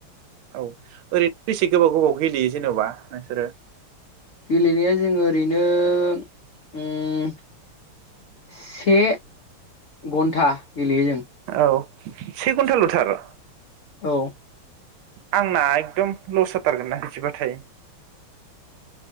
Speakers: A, on the right; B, on the left.
A: औ ओरैनो बेसे गोबाव गोबाव गेलेयो जेनबा नोंसोरो
B: गेलेनाया जोङो ओरैनो ओम से घन्टा गेलेयो जों
A: ओ से घन्टालथार
B: औ
A: आंना एकदम लस जाथारगोन ना बिदिबाथाय